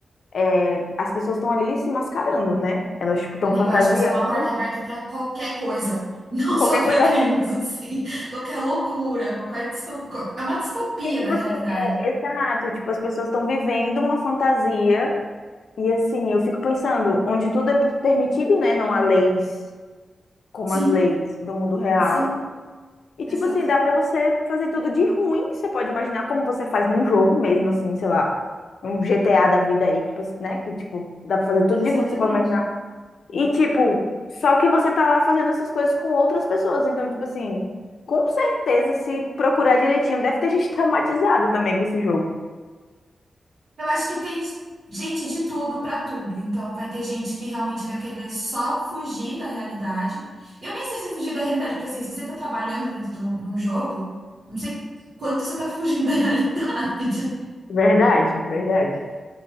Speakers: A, on the left; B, on the right.
A: é, as pessoas estão ali se mascarando, né? Elas, tipo, estão
B: Amigo,
A: fantasiando
B: eu acho que isso é uma porta aberta para qualquer coisa, <laughs> não
A: qualquer
B: só para
A: coisa
B: crimes,
A: ruim.
B: assim. Qualquer loucura, qualquer disto- qual- É uma distopia
A: E, tipo
B: da realidade.
A: assim, é, exato, tipo, as pessoas estão vivendo uma fantasia e assim, eu fico pensando, onde tudo é pu- permitido, né? Não há leis como
B: Sim,
A: as leis do mundo real.
B: sim,
A: E
B: exato,
A: tipo assim, dá pra você fazer tudo de ruim que você pode imaginar como você faz num jogo mesmo, assim, sei lá, um GTA da vida aí, que você, né? Que, tipo, dá pra fazer tudo
B: exatamente.
A: de ruim que você pode imaginar. E, tipo, só que você tá lá fazendo essas coisas com outras pessoas. Então, tipo assim, com certeza, se procurar direitinho, deve ter <laughs> gente traumatizada também com esse jogo.
B: Eu acho que tem gente de tudo para tudo, então vai ter gente que realmente vai querer só fugir da realidade. Eu nem sei se fugir da realidade, porque assim, se você tá trabalhando dentro de um, de um jogo, não sei quanto você tá fugindo da <laughs> realidade.
A: Verdade, verdade.